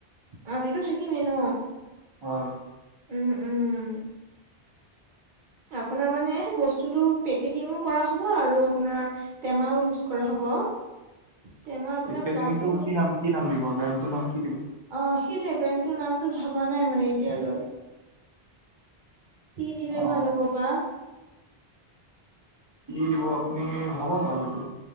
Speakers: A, on the right; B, on the right.
A: আমিতো থাকিমেই ন।
B: হয়।
A: উম, উম। আপোনাৰ মানে বস্তুটো পেকেটিঙো কৰা হ'ব আৰু আপোনাৰ- টেমাও ইউজ কৰা হ'ব। টেমা- আপোনাৰ
B: পেকেজিংটো
A: প্লাষ্টিকৰ
B: কি নাম, কি নাম দিব ব্ৰেণ্ডটোৰ নাম কি দিব?
A: অঁ সেইটোৱেই ব্ৰেণ্ড নামটো ভবা নাই মানে এতিয়ালৈ। কি দিলে
B: অ
A: ভাল হ'ব বা।
B: কি দিব আপুনি ভাৱক আৰু এইটো।